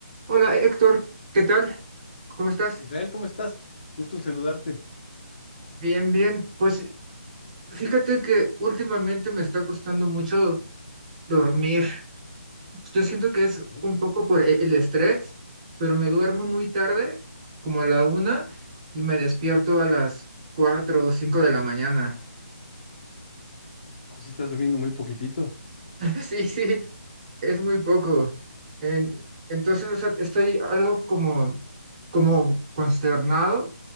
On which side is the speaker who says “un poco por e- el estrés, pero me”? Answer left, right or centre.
Right